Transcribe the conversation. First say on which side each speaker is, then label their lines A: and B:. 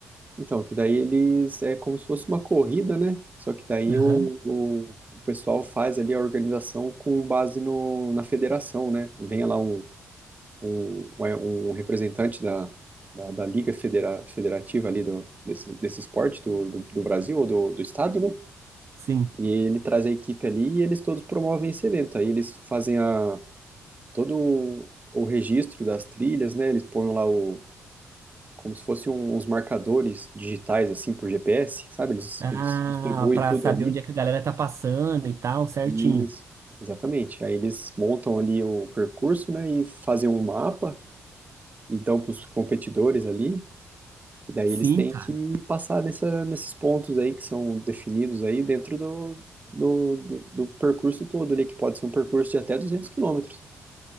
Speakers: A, on the right (about 25°); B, on the right (about 45°).
A: Então, que daí eles é como se fosse uma corrida, né? Só que daí
B: Aham,
A: o, o, o pessoal faz ali a organização com base no, na federação, né? Vem lá um, um, um um representante da, da, da Liga Federa, Federativa ali do, desse, desse esporte do, do, do Brasil ou do, do estado, né?
B: sim.
A: E ele traz a equipe ali e eles todos promovem esse evento. Aí eles fazem a, todo o, o registro das trilhas, né? Eles põem lá o, como se fossem um- uns marcadores digitais, assim, por GPS, sabe? Eles,
B: Ah,
A: eles distribuem
B: pra
A: tudo
B: saber
A: ali.
B: onde é que a galera tá passando e tal, certinho.
A: Isso, exatamente. Aí eles montam ali o percurso, né? E fazem um mapa e dão para os competidores ali. E daí
B: Sim,
A: eles têm
B: cara.
A: que passar nessa, nesses pontos aí que são definidos aí dentro do, do, do, do percurso todo ali, que pode ser um percurso de até 200 quilômetros.